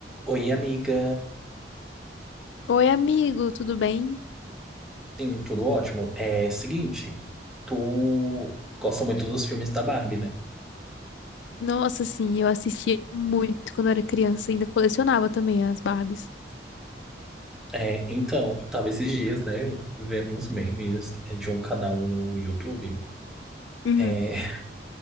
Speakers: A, in the centre; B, on the left.
A: Oi, amiga.
B: Oi, amigo, tudo bem?
A: Sim, tudo ótimo. É seguinte, tu gosta muito dos filmes da Barbie, né?
B: Nossa, sim, eu assistia muito quando era criança, ainda colecionava também as Barbies.
A: É, então, eu tava esses dias, né, vendo uns memes é, de um canal no YouTube,
B: Uhum.
A: é, <laughs>